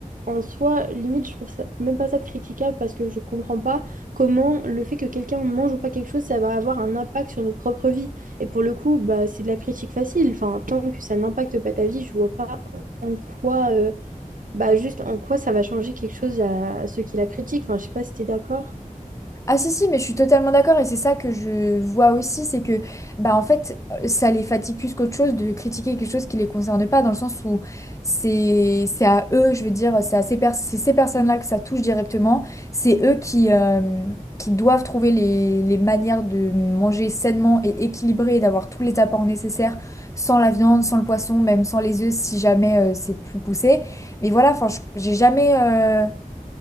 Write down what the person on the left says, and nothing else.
Ah si si mais je suis totalement d'accord et c'est ça que je vois aussi c'est que bah en fait euh, ça les fatigue plus qu'autre chose de critiquer quelque chose qui les concerne pas dans le sens où c'est c'est à eux je veux dire c'est à ces pers- c'est ces personnes-là que ça touche directement c'est eux qui euh, qui doivent trouver les les manières de manger sainement et équilibré et d'avoir tous les apports nécessaires sans la viande sans le poisson même sans les œufs si jamais euh, c'est plus poussé mais voilà enfin je- j'ai jamais euh,